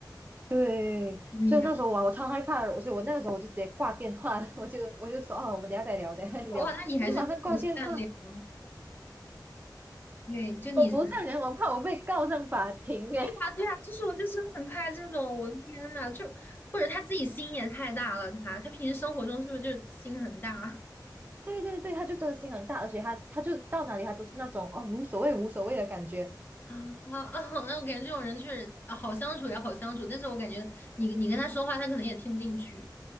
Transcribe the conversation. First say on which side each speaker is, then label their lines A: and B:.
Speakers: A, on the right (about 25°); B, on the left (about 25°).
A: 对，
B: 对呀，
A: 所以那时候哇，我超害怕的，所以我那个时候我就直接挂电话了，<laughs> 我就我就说哦，我们等一下再聊，等一下再聊，
B: 哇，那你还是真的很善良，
A: 我就马上挂电话。
B: 对，就你
A: 我不善良，
B: <laughs> 人对
A: 我怕我被告上法庭耶。
B: 啊，对啊，就是我就是很怕这种，我的天呐，就或者他自己心也太大了，他他平时生活中是不是就心很大？
A: <laughs> 对对对，他就真的心很大，而且他他就到哪里他都是那种哦无所谓无所谓的感觉。
B: 啊啊！那我感觉这种人确实啊好相处也好相处，但是我感觉你你跟他说话，他可能也听不进去。